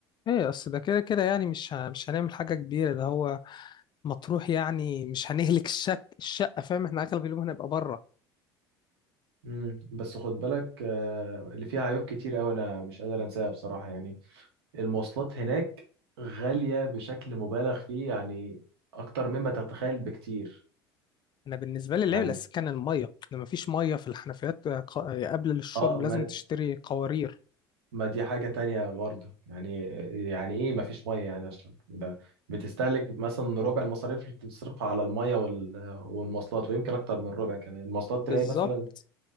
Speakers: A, on the left; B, on the right.
A: ايه اصل ده كده كده يعني مش ه- مش هنعمل حاجة كبيرة ده هو مطروح يعني مش هنهلك الشك الشقة فاهم احنا اغلب اليوم هنبقى بره
B: مم. بس خد بالك آه، اللي فيها عيوب كتير قوي انا مش قادر انساها بصراحة يعني المواصلات هناك غالية بشكل مبالغ فيه يعني اكتر مما تتخيل بكتير
A: انا بالنسبة لي العيب
B: يعني
A: الاساسي كان المية لما مفيش مية في الحنفيات آه، ق- آه، قبل الشرب
B: اه ما,
A: لازم تشتري قوارير
B: ما دي حاجة تانية برضه يعني يعني ايه ما فيش مية يعني اشرب ده بتستهلك مثلا ربع المصاريف اللي بتصرفها على المية وال- والمواصلات ويمكن اكتر من ربع كمان المواصلات تلاقي
A: بالظبط
B: مثلا